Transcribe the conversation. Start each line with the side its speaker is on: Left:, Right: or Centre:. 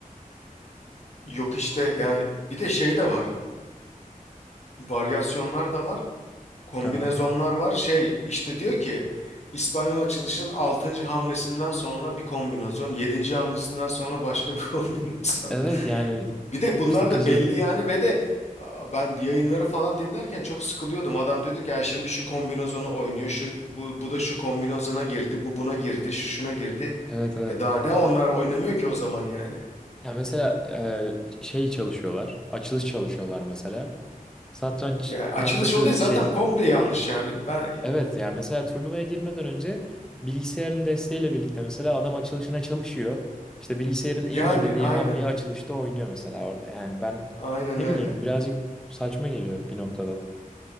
Left: Yok işte yani bir de şey de var. Varyasyonlar da var. Kombinezonlar
Centre: Aha.
Left: var. Şey işte diyor ki İspanyol açılışın altıncı hamlesinden sonra bir kombinezon, yedinci hamlesinden sonra başka bir <laughs> kombinezon.
Centre: Evet yani
Left: Bir de bunlar
Centre: sıkıcı.
Left: da belli yani ve de a, ben yayınları falan dinlerken çok sıkılıyordum. Adam diyordu ki ya şimdi şu kombinezonu oynuyor. Şu, bu, bu da şu kombinezona girdi. Bu buna girdi. Şu şuna girdi.
Centre: Evet evet.
Left: E daha ne onlar oynamıyor ki o zaman yani.
Centre: Ya mesela e, şey çalışıyorlar. Açılış çalışıyorlar mesela. Satranç
Left: Ya açılış
Centre: tahtası
Left: olayı zaten
Centre: şey.
Left: komple yanlış yani. Ben
Centre: Evet ya mesela turnuvaya girmeden önce bilgisayarın desteğiyle birlikte mesela adam açılışına çalışıyor. İşte bilgisayarın en
Left: yani
Centre: iyi dediği
Left: aynen.
Centre: hamleyi açılışta oynuyor mesela orada. Yani ben
Left: Aynen
Centre: ne
Left: öyle.
Centre: bileyim birazcık saçma geliyor bir noktada.